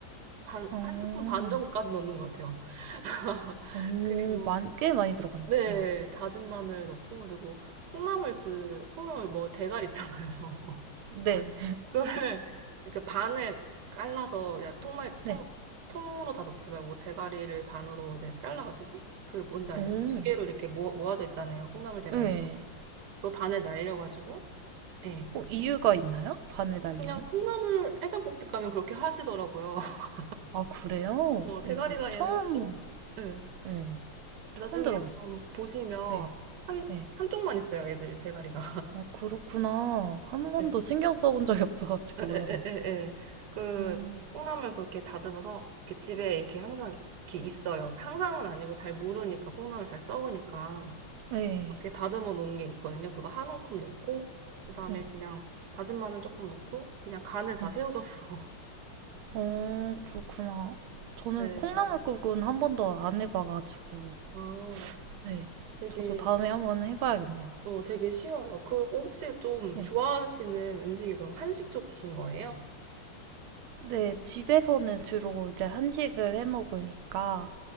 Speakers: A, on the right; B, on the right.
A: 반
B: 어.
A: 한 스푼 반 정도까지 넣는 것 같아요. <laughs>
B: 오,
A: 그리고
B: 많이, 꽤 많이 들어갔네.
A: 네
B: 네.
A: 다진 마늘 넣고 그리고 콩나물 그 콩나물 뭐 대가리 있잖아요. <laughs>
B: 네.
A: 그거를 그 반을 갈라서 야 통말 통
B: 네.
A: 통으로 다 넣지 말고 대가리를 반으로 이제 잘라가지고 그 뭔지 아시죠?
B: 오,
A: 두 개로 이렇게 모, 모아져 있잖아요. 콩나물 대가리.
B: 네.
A: 그거 반을 날려가지고 예.
B: 어, 이유가 있나요? 반에 달리는?
A: 그냥 콩나물 해장국집 가면 그렇게 하시더라고요. <laughs>
B: 아, 그래요?
A: 어, 대가리가
B: 오, 처음,
A: 얘는 한쪽, 네.
B: 네.
A: 나중에
B: 처음 들어봤어요.
A: 한번 보시면
B: 네.
A: 한,
B: 네.
A: 한쪽만 있어요, 얘들이 대가리가.
B: 어, 그렇구나. 한 번도
A: <laughs> 네.
B: 신경 써본 적이 없어가지고
A: 에, 에,
B: 몰랐네요.
A: 에, 에, 에. 그
B: 음,
A: 콩나물 그렇게 다듬어서 이렇게 집에 이렇게 항상 이렇게 있어요. 항상은 아니고 잘 무르니까 콩나물 잘 썩으니까
B: 네.
A: 이렇게 다듬어 놓은 게 있거든요. 그거 한 움큼 넣고 그다음에
B: 네.
A: 그냥 다진 마늘 조금 넣고 그냥 간을 다
B: 네.
A: 새우젓으로.
B: 어, 그렇구나. 저는
A: <laughs> 네.
B: 콩나물국은 한 번도 안 해봐가지고,
A: 아,
B: 네.
A: 되게
B: 저도 다음에 한번 해봐야겠네요.
A: 어, 되게 쉬워요. 그리고 혹시 좀
B: 네.
A: 좋아하시는 음식이 그럼 한식 쪽이신 거예요?
B: 네, 집에서는 주로 이제 한식을 해 먹으니까,